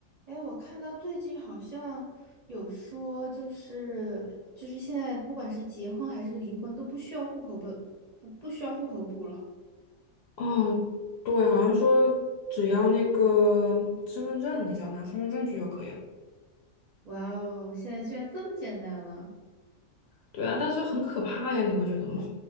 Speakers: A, on the right; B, on the left.
A: 哎，我看到最近好像有说，就是就是现在不管是结婚还是离婚都不需要户口本，不不需要户口簿了。
B: 哦，对，好像说只要那个身份证，你只要拿身份证去就可以了。
A: 哇哦，现在居然这么简单了，
B: 对啊，但是很可怕呀，你不觉得吗？